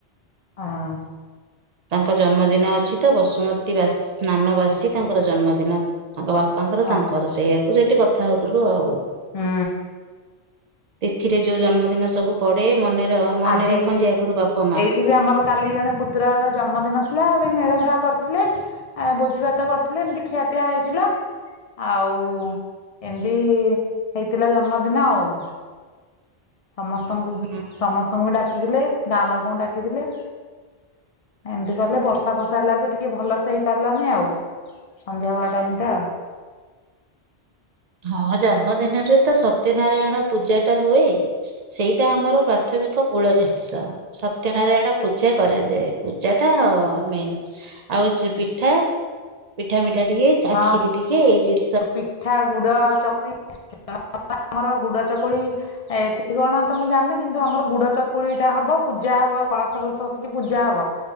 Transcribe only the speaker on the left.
ହଁ ‌।
ହଁ
ହୁଁ।
ଆଜି
ଏଇଠି ବି ଆମର କାଲି ଜଣେ ପୁତୁରା ର ଜନ୍ମଦିନ ଥିଲା ସେ ପାଇଁ ମେଳା ଫେଳା କରିଥିଲେ। ଆଉ ଭୋଜି ଭାତ କରିଥିଲେ ଏମିତି ଖିଆପିଆ ହେଇଥିଲା। ଆଉ ଏମିତି ହେଇଥିଲା ଜନ୍ମଦିନ ଆଉ। ସମସ୍ତଙ୍କୁ
ସମସ୍ତଙ୍କୁ ବି ଡାକିଥିଲେ ଗାଁ ଲୋକଙ୍କୁ ଡାକିଥିଲେ। ଏମତି କଲେ ବର୍ଷା ବର୍ଷା ହେଲା ଯେ ଟିକେ ଭଲସ ହେଇ ପାରିଲାନି ଆଉ। ସନ୍ଧ୍ୟା ବେଳେ ଟାଇମ୍ ଟା।
ହଁ
ପିଠା ଗୁଡ଼ ଚକୁଳି ଆମର ଗୁଡ଼ ଚକୁଳି। ଏଠି କଣ ତ ମୁଁ ଜାଣିନି କିନ୍ତୁ ଆମର ଗୁଡ ଚକୁଳିଟା ହବ ପୂଜା ହବ କଳସ ଫଳସ ବସିକି ପୂଜା ହବ।